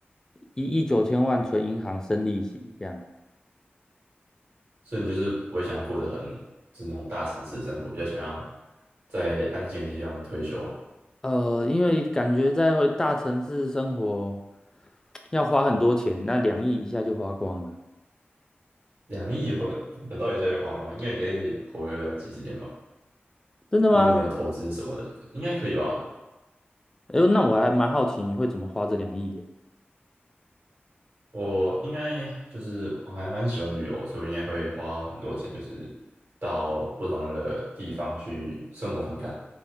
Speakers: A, on the left; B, on the right.
A: 一亿九千万存银行生利息，这样。
B: 所以你就是不会想要过得很就是那种大城市的生活，比较想要在安静的地方退休啊。
A: 呃，因为感觉在大城市生活要花很多钱，那两亿一下就花光了，
B: 两亿或得到一下就花光吗？应该也可以活个几十年吧。
A: 真的吗？
B: 如果你有投资什么的，应该可以吧？
A: 哎呦，那我还蛮好奇你会怎么花这两亿耶？
B: 我应该就是我还蛮喜欢旅游，所以我应该会花很多钱，就是到不同的地方去生活看看。